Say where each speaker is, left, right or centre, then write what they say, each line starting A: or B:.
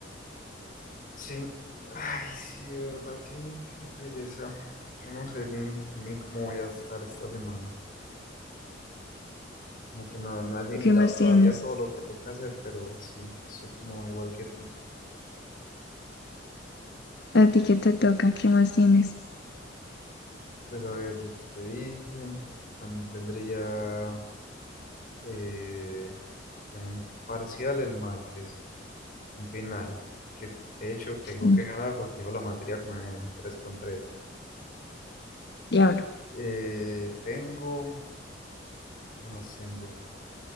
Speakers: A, on the left; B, on the left.
A: Sí. Ay, sí, de verdad, qué, qué pereza. Yo no sé ni, ni cómo voy a estar esta semana. Como que no, no he asimilado
B: ¿Tú ¿Qué más
A: todavía
B: tienes?
A: todo lo que toca hacer, pero sí, soy como igual que tú.
B: ¿A ti qué te toca? ¿Qué más tienes?
A: Pues a ver lo que te dije. También tendría... Eh, tengo un parcial el martes. un final, que de hecho tengo
B: Sí.
A: que ganar porque llevo la materia como en 3 con tres
B: Diablo.
A: Eh, tengo, ¿qué más tengo?